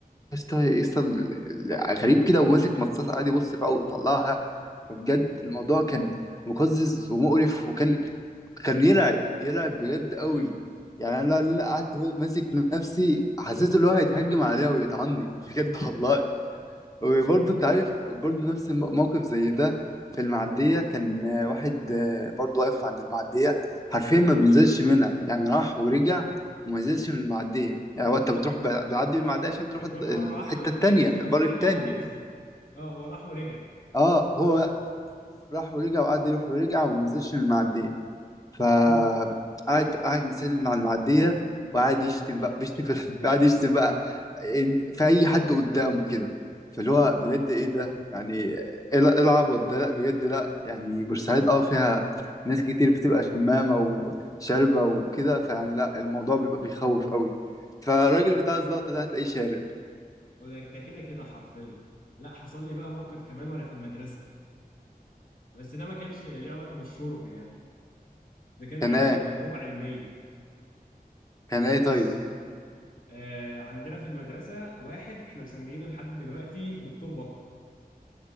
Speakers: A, on the left; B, on the left.
A: يسطا يسطا ال- ال- غريب كده وماسك مصاصة قاعد يبص فيها ويطلعها فبجد الموضوع كان مقزز ومقرف وكان كان يرعب يرعب بجد قوي
B: مم.
A: يعني انا لو- لو قعدت ماسك نفسي حسيت ان هو هيتهجم عليا ويطعني بجد والله وبرضه انت عارف برضه نفس الم- موقف زي ده في المعدية كان آه، واحد آه، برضه واقف عند المعدية حرفيا ما بينزلش منها يعني راح ورجع وما نزلش من المعدية يعني هو انت بتروح ب- بتعدي من المعدية عشان تروح
B: بتروح
A: الد- الحتة
B: مرة واحدة وتنزل
A: التانية
B: أو
A: البر
B: ترجع
A: التاني
B: وتنزل اه هو راح ورجع
A: اه هو راح ورجع وقعد يروح ورجع وما نزلش من المعدية فقعد
B: امم
A: قاعد مستني على المعديه وقعد يشتم بقى بيشتم في <laughs> قاعد يشتم بقى إن- في اي حد قدامه كده فاللي هو بجد ايه ده يعني ايه ال- إيه العبط ده لا بجد لا يعني بورسعيد اه فيها ناس كتير بتبقى شمامه وشاربه وكده فيعني لا الموضوع بيبقى بيخوف قوي فالراجل بتاع الزلطه ده هتلاقيه شارب
B: هو ده ده كده كده حرفيا لا حصل لي بقى موقف كمان وأنا في المدرسة بس ده ما كانش ليه علاقة بالشرب يعني ده كان
A: كان
B: ليه علاقة
A: ايه
B: بتجربة علمية
A: كان ايه
B: بص
A: طيب
B: آه عندنا في المدرسة واحد احنا مسميينه لحد دلوقتي دكتور بطة